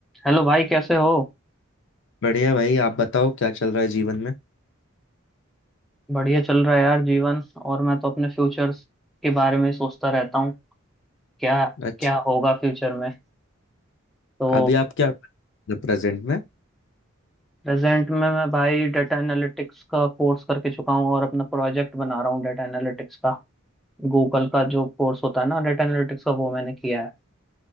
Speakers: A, in the centre; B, on the left.
A: हेलो भाई कैसे हो
B: बढ़िया भाई आप बताओ क्या चल रहा है जीवन में
A: बढ़िया चल रहा है यार जीवन और मैं तो अपने फ्यूचर के बारे में सोचता रहता हूँ क्या
B: अच्छा
A: क्या होगा फ्यूचर में तो
B: अभी आप क्या प्रेजेंट में
A: प्रेजेंट में मैं भाई डाटा एनालिटिक्स का कोर्स करके चुका हूँ और अपना प्रोजेक्ट बना रहा हूँ डाटा एनालिटिक्स का गूगल का जो कोर्स होता है ना डाटा एनालिटिक्स का वो मैंने किया है